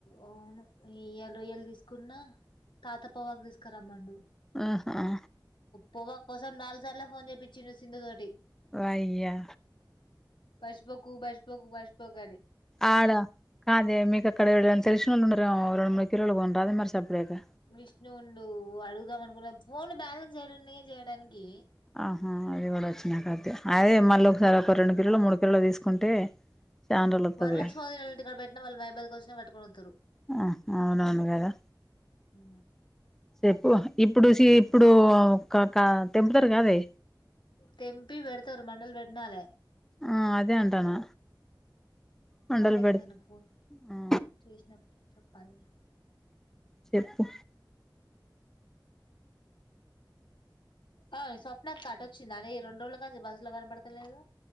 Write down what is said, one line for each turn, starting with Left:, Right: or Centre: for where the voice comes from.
Left: అవును ఈ వాళ రొయ్యలు దీసుకున్న తాత పొగాకు తీసుకురామ్మండు
Centre: ఆహా
Left: పొగాక్ కోసం నాలుగు సార్లా ఫోన్ చేపించ్చిండు సింధు తోటి
Centre: వయ్యా
Left: పర్సిపోకు బర్సిపోకు మర్సోపోకని
Centre: ఆడ కాదే మీకు అక్కడ ఎవరన్న తెలిసినోళ్ళు ఉన్నారేమో రెండు మూడు కిలోలు కొన్ రాదే మరి సపరేటు
Left: విష్ణూ వుండు అడుగుదాం అనుకున్నా ఫోన్ బ్యాలెన్స్ యాడున్నాయె జేయడానికి
Centre: ఆహా అది కూడా వచ్చినకతే అదే మళ్ళీ ఒకసారి ఒక రెండు కిలోలొ మూడు కిలోలో తీసుకుంటే చానా రోజులు వత్తదిగా
Left: వరలక్ష్మి వదినొళ్ళ ఇంటికాడ బెట్టిన వాళ్ళ బైక్ పై వచ్చిన పెట్టుకొని వొత్తురు
Centre: అహా అవునవును గదా
Left: ఉ
Centre: చెప్పు ఇప్పుడు సీ ఇప్పుడు ఒక కా తెంపుతారు కాదే
Left: తెంపీ వెడతారు మండలు వెట్నాల
Centre: ఆ అదే అంటానా మండలు
Left: వరలక్ష్మి
Centre: పెడితే
Left: వదినకు ఫోన్ జేయ్
Centre: ఆ
Left: చేసినప్పుడు చొప్పాలిగా
Centre: చెప్పు
Left: ఆ స్వప్నక్క అటొచ్చిందానే రెండ్రోజుల కాన్నుంచి బస్సు లో కనపడతలేదు